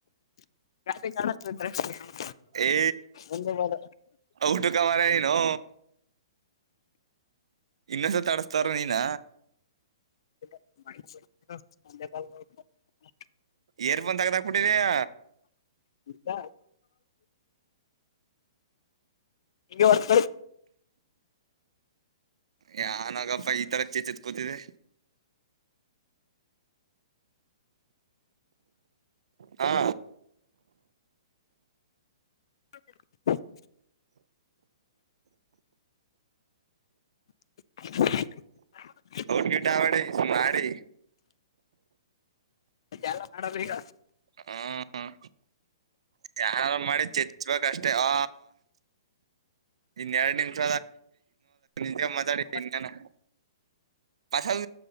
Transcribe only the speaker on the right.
ಹೇ
ಔಟ್ ಮಾರಾಯ ನೀನು ಇನ್ನೊಂದುಸತ ಆಡಿಸ್ತಾರ ನಿನ್ನ
ಈರಫೋನ್ ತೆಗೆದುಹಾಕಿಬಿಟ್ಟಿದೀಯ
ಯಾನ್ ನಾಗಪ್ಪ ಈ ತರ ಚೇಚಿತ್ಕೂತಿದೆ ಹಾ
ಔಟ್ ಗಿಟ್ ಆಡಿ ಸುಮ್ನೆ ಆಡಿ
ಹ್ಮ್ ಯಾರ ಮಾಡಿ ಚಚ್ಬೇಕ ಅಷ್ಟೇ ಆ ಇನ್ ಎರಡ್ ನಿಮಿಷ ನಿಜ ಮಾತಾಡಿ
ಇನ್ನೇನ ಪಸದ